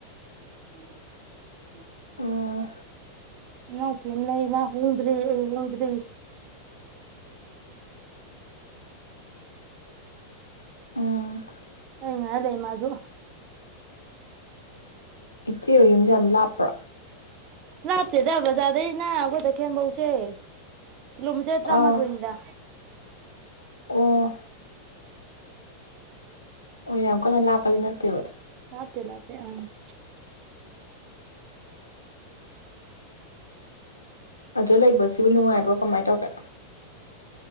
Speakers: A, on the right; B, on the left.
A: <inaudible>
B: ꯎꯝ
A: ꯏꯅꯥꯎꯄꯤ ꯑꯃ ꯂꯩ ꯃꯥ ꯍꯣꯡꯗ꯭ꯔꯤ ꯑꯩ ꯍꯣꯡꯗ꯭ꯔꯤ
B: ꯎꯝ
A: ꯑꯩ ꯉꯥꯢ ꯂꯩ ꯃꯥꯁꯨ
B: ꯏꯆꯦ ꯍꯣꯢ ꯌꯨꯝ ꯌꯥꯝ ꯂꯥꯞꯄ꯭ꯔꯣ
A: ꯂꯥꯞꯇꯦꯗꯥ ꯕꯖꯥꯔꯗꯩꯅ ꯑꯩꯈꯣꯢ ꯇꯈꯦꯟꯐꯧꯁꯦ ꯀꯤꯂꯣꯃꯤꯇꯔ
B: ꯑꯥ
A: ꯇꯔꯥꯃꯥꯊꯣꯢꯅꯤꯗ
B: ꯑꯣ ꯑꯣ ꯌꯥꯝ ꯀꯟꯅ ꯂꯥꯞꯄꯗꯤ ꯅꯠꯇꯦꯕ
A: <inaudible> ꯂꯥꯞꯇꯦ ꯂꯥꯞꯇꯦ ꯑꯪ <inaudible>
B: ꯑꯗ ꯂꯩꯕꯁꯤꯕꯨ ꯅꯨꯡꯉꯥꯏꯕ꯭ꯔꯣ ꯀꯃꯥꯏ ꯇꯧꯒꯦ